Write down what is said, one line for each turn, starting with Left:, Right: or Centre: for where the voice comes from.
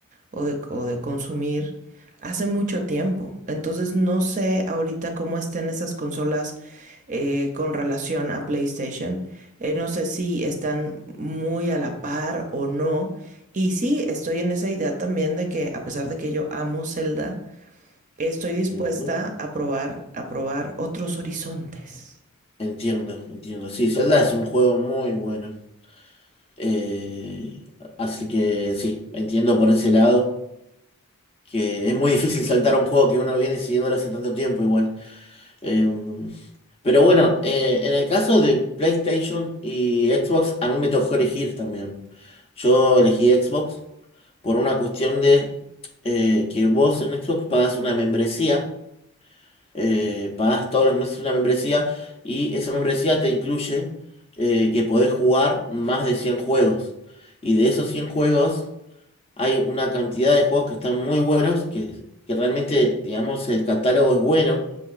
Right: o de, o de consumir hace mucho tiempo. Entonces no sé ahorita cómo estén esas consolas eh, con relación a PlayStation. Eh, no sé si están muy a la par o no. Y sí, estoy en esa idea también de que a pesar de que yo amo Zelda, Estoy dispuesta
Left: ujú,
Right: a probar, a probar otros horizontes.
Left: Entiendo, entiendo. Sí, Zelda es un juego muy bueno. Eh, así que sí, entiendo por ese lado que es muy difícil saltar a un juego que uno viene siguiéndolo hace tanto tiempo igual. Eh, pero bueno, eh, en el caso de PlayStation y Xbox, a mí me tocó elegir también. Yo elegí Xbox por una cuestión de eh, que vos en Xbox pagas una membresía, eh, pagás todos los meses una membresía y esa membresía te incluye eh, que podés jugar más de 100 juegos. Y de esos 100 juegos... Hay una cantidad de juegos que están muy buenos, que, que realmente, digamos, el catálogo es bueno,